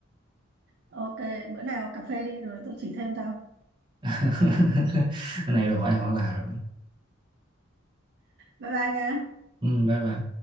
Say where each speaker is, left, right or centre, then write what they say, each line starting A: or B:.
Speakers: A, on the right; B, on the right.
A: Ok, bữa nào cà phê đi rồi tôi chỉ thêm cho.
B: <laughs> cái này rồi hỏi hỏi bà rồi
A: Bye bye nha.
B: ừ bye bà